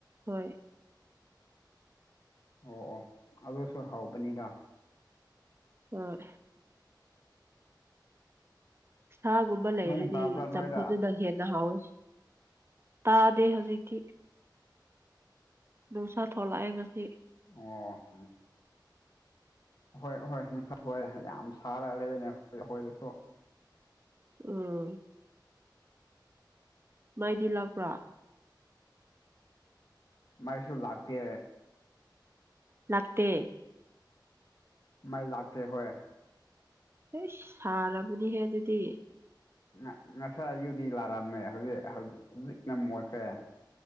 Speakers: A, on the right; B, on the left.
A: ꯍꯣꯏ
B: ꯑꯣ ꯑꯣ ꯑꯗꯨꯁꯨ ꯍꯧꯕꯅꯤꯗ
A: ꯍꯣꯏ ꯁꯥꯒꯨꯝꯕ ꯂꯩꯔꯗꯤ
B: ꯅꯣꯡ ꯇꯥꯕ꯭ꯔꯥ ꯅꯣꯏꯗ
A: ꯆꯝꯐꯨꯠꯇꯨꯗ ꯍꯦꯟꯅ ꯍꯥꯎꯋꯦ ꯁꯥꯗꯦ ꯍꯧꯖꯤꯛꯇꯤ ꯅꯣꯡꯁꯥ ꯊꯣꯛꯂꯛꯑꯦ ꯉꯁꯤ
B: ꯑꯣ ꯎꯝ ꯍꯣꯏ ꯑꯍꯣꯏ ꯅꯨꯡꯁꯥ ꯊꯣꯛꯑꯦ ꯌꯥꯝ ꯁꯥꯔꯒ ꯂꯩꯌꯦꯅꯦ ꯑꯈꯣꯏ ꯑꯈꯣꯏꯗꯁꯨ
A: ꯎꯝ ꯃꯥꯏꯗꯤ ꯂꯥꯛꯄ꯭ꯔꯥ
B: ꯃꯩꯁꯨ ꯂꯥꯛꯇꯦ
A: ꯂꯥꯛꯇꯦ
B: ꯃꯩ ꯂꯥꯛꯇꯦ ꯍꯣꯏ
A: ꯍꯩꯁ ꯁꯥꯔꯕꯅꯤꯍꯦ ꯑꯗꯨꯗꯤ
B: ꯅ ꯅꯁꯥꯏ ꯌꯨꯗꯤ ꯂꯥꯔꯝꯃꯦ ꯍꯧꯖꯤꯛ ꯍꯧꯖꯤꯛꯅ ꯃꯣꯠꯈ꯭ꯔꯦ